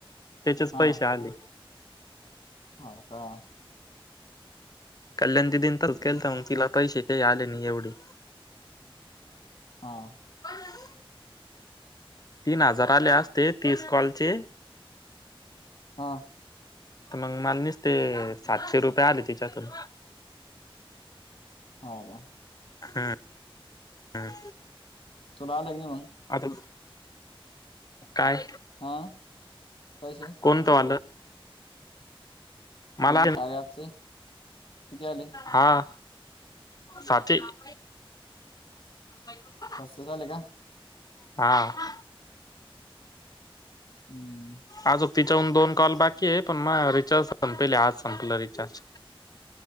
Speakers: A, on the left; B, on the left.
A: त्याचेच
B: हा
A: पैसे आले.
B: हो का,
A: कल्याण दिदीन
B: हम्म,
A: तरच गेल तर मग तिला पैसे काही आले नाही एवढी
B: हा
A: प तीन हजाराले असते तीस कॉल चे
B: हा
A: तर मग माल नसते सातशे रुपये आले तिच्यातून,
B: हो का
A: हम्म हम्म.
B: तूला आले कि नाही मग,
A: आता काय
B: हा पैसे
A: कोणत आलं. मला
B: हे जे कार्य ॲपचे किती आले
A: हा सा <inaudible> हकम <inaudible>
B: सस्य चाले का.
A: हा
B: हम्म
A: आजोग तिच्याहून दोन कॉल बाकी आहे पण म रिचार्ज संपले आज संपलं रिचार्ज